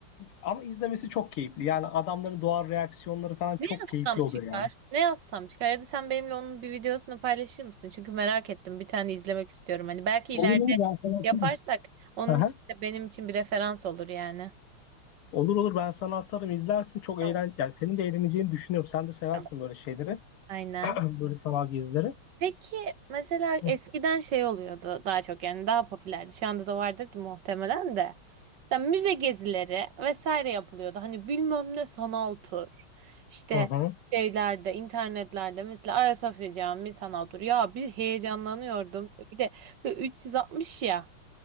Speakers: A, on the left; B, on the right.
A: Ama izlemesi çok keyifli. Yani adamların doğal reaksiyonları falan çok
B: Ne yazsam
A: keyifli oluyor
B: çıkar?
A: yani.
B: Ne yazsam çıkar? Ya da sen benimle onun bir videosunu paylaşır mısın? Çünkü merak ettim. Bir tane izlemek istiyorum. Hani belki
A: Olur
B: ileride
A: olur ben sana
B: yaparsak
A: atarım.
B: onun
A: Aha.
B: için de benim için bir referans olur yani.
A: Olur olur ben sana atarım izlersin çok
B: Tamam.
A: eğlen yani senin de eğleneceğini düşünüyorum. Sen de seversin
B: Tamam.
A: böyle şeyleri.
B: Aynen.
A: <clears throat> Böyle sanal gezileri.
B: Peki mesela
A: Hı
B: eskiden şey oluyordu daha çok yani daha popülerdi. Şu anda da vardır muhtemelen de. Mesela müze gezileri vesaire yapılıyordu. Hani bilmem ne sanal tur. İşte
A: hı.
B: şeylerde, internetlerde mesela Ayasofya Camii sanal tur. Ya bir heyecanlanıyordum. Bir de böyle 360 ya.